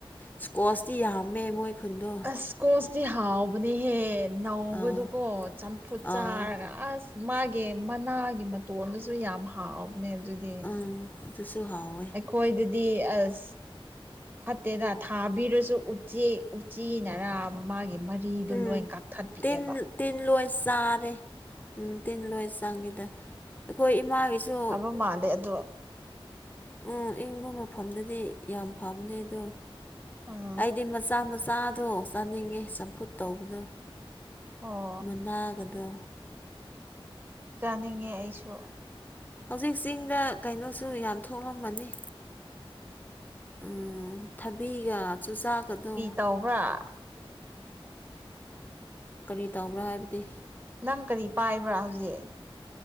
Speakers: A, on the left (about 15°); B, on the right (about 20°).
A: ꯏꯁ꯭ꯀ꯭ꯣꯁꯇꯤ ꯌꯥꯝꯃꯦ ꯃꯣꯏ ꯈꯨꯟꯗꯣ
B: ꯏꯁꯀꯣꯁꯇꯤ ꯍꯥꯎꯕꯅꯦꯍꯦ ꯅꯧꯕꯗꯨꯀꯣ
A: ꯑꯥ
B: ꯆꯝꯐꯨꯠ ꯆꯥꯔꯒ
A: ꯑꯥ
B: ꯑꯁ ꯃꯥꯒꯤ ꯃꯅꯥꯒꯤ ꯃꯇꯣꯟꯗꯨꯁꯨ ꯌꯥꯝ ꯍꯥꯎꯕꯅꯦ ꯑꯗꯨꯗꯤ
A: ꯑꯥ ꯑꯗꯨꯁꯨ ꯍꯥꯎꯋꯦ
B: ꯑꯈꯣꯏꯗꯗꯤ ꯑꯁ ꯐꯠꯇꯦꯗ ꯊꯥꯕꯤꯔꯁꯨ ꯎꯆꯦꯛ ꯎꯆꯤꯅꯔꯥ ꯃꯥꯒꯤ ꯃꯔꯤꯗꯨ
A: ꯎꯝ
B: ꯂꯣꯏ ꯀꯛꯊꯠꯄꯤꯑꯦꯕ
A: ꯇꯤꯟ ꯇꯤꯟ ꯂꯣꯏ ꯆꯥꯔꯦ ꯎꯝ ꯇꯤꯟ ꯂꯣꯏ ꯆꯪꯉꯤꯗ ꯑꯈꯣꯏ ꯏꯃꯥꯒꯤꯁꯨ
B: ꯎꯝ ꯃꯥꯜꯂꯦ ꯑꯗꯣ
A: ꯑꯥ ꯏꯪꯕ ꯃꯐꯝꯗꯗꯤ ꯌꯥꯝ ꯐꯕꯅꯦ ꯑꯗꯣ
B: ꯑꯥ
A: ꯑꯩꯗꯤ ꯃꯆꯥ ꯃꯥ ꯆꯥꯗꯣ ꯆꯥꯅꯤꯡꯉꯦ ꯆꯝꯐꯨꯠ ꯇꯧꯕꯗꯨ
B: ꯑꯣ
A: ꯃꯅꯥꯒꯗꯣ
B: ꯆꯥꯅꯤꯡꯉꯦ ꯑꯩꯁꯨ
A: ꯍꯧꯖꯤꯛ ꯆꯤꯡꯗ ꯀꯩꯅꯣꯁꯨ ꯌꯥꯝ ꯊꯣꯛꯂꯝꯃꯅꯤ ꯎꯝ ꯊꯕꯤꯒ ꯆꯨꯖꯥꯛꯀꯗꯣ
B: ꯇꯥꯎꯕ꯭ꯔꯥ
A: ꯀꯔꯤ ꯇꯥꯎꯕ꯭ꯔꯥ ꯍꯥꯏꯕꯗꯤ
B: ꯅꯪ ꯀꯔꯤ ꯄꯥꯏꯕ꯭ꯔꯥ ꯍꯧꯖꯤꯛ